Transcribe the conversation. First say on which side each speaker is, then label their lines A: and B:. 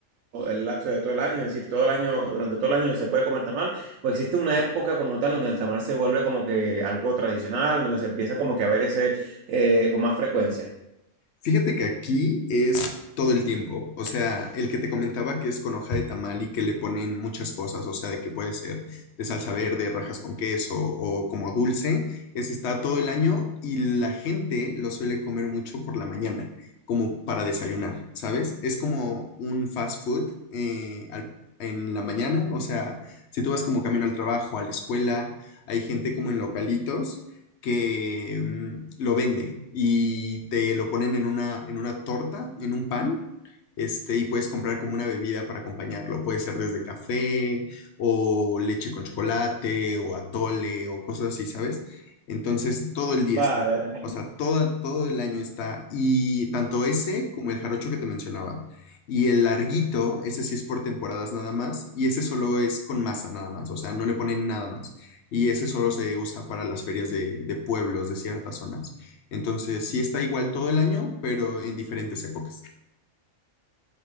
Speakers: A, on the right; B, on the left.
A: el lapso de todo el año? Es decir, todo el año, durante todo el año se puede comer tamal, o existe una época como tal donde el tamal se vuelve como que algo tradicional, donde se empieza como que a ver ese, eh, con más frecuencia.
B: Fíjate que aquí es todo el tiempo. O sea, el que te comentaba que es con hoja de tamal y que le ponen muchas cosas, o sea, de que puede ser de salsa verde, rajas con queso o como dulce, ese está todo el año y la gente lo suele comer mucho por la mañana, como para desayunar, ¿sabes? Es como un fast food eh, al- en la mañana, o sea, si tú vas como camino al trabajo, a la escuela, hay gente como en localitos que mm, lo vende y te lo ponen en una, en una torta, en un pan, este, y puedes comprar como una bebida para acompañarlo. Puede ser desde café o leche con chocolate o atole o cosas así, ¿sabes? Entonces, todo el día,
A: Vale,
B: es-
A: vale.
B: o sea, todo, todo el año está. Y tanto ese como el jarocho que te mencionaba. Y el larguito, ese sí es por temporadas nada más. Y ese solo es con masa nada más. O sea, no le ponen nada más. Y ese solo se usa para las ferias de, de pueblos, de ciertas zonas. Entonces, sí está igual todo el año, pero en diferentes épocas.